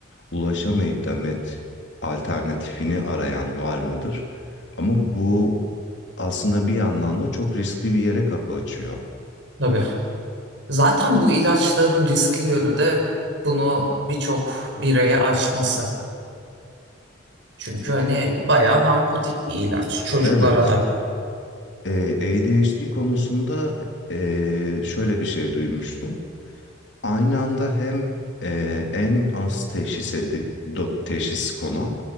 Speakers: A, on the left; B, on the right.
A: ulaşamayıp da met alternatifini arayan var mıdır? Ama bu aslında bir yandan da çok riskli bir yere kapı açıyor.
B: Tabii. Zaten bu ilaçların riskli yönü de bunu birçok bireye açması. Çünkü hani bayağı narkotik bir ilaç. Çocuklara
A: Evet,
B: da
A: eee ADHD konusunda eee, şöyle bir şey duymuştum. Aynı anda hem e, en az teşhis edi- do- teşhis konan